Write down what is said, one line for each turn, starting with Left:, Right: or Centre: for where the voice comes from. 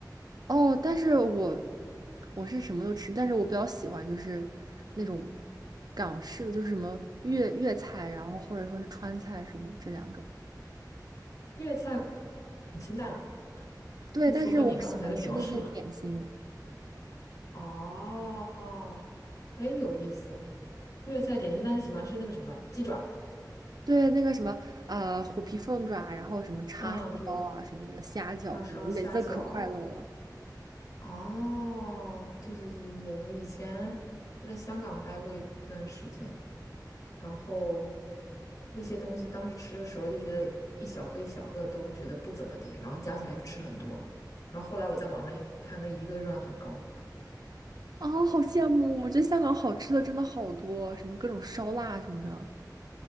Right: 哦，但是我我是什么都吃，但是我比较喜欢就是那种港式的，就是什么粤粤菜，然后或者说是川菜什么这两种。
Left: 粤菜很清淡啊，
Right: 对，
Left: 不符合你刚才的描述。
Right: 但是我喜欢吃那些点心，
Left: 哦，哦，哎，有意思。粤菜点心，那你喜欢吃那个什么鸡爪？
Right: 对那个什么呃虎皮凤爪，然后什么叉烧包啊什么的，
Left: 嗯，对，
Right: 虾饺什么的每次都可快乐了。
Left: 叉烧、虾饺，哦，对对对对对，我以前我在香港待过一一段时间，然后那些东西当时吃的时候就觉得一小个一小个都觉得不怎么地，然后加起来就吃很多，然后后来我在网上一看，那一个热量很高。
Right: 啊！好羡慕！我觉得香港好吃的真的好多，什么各种烧腊什么的。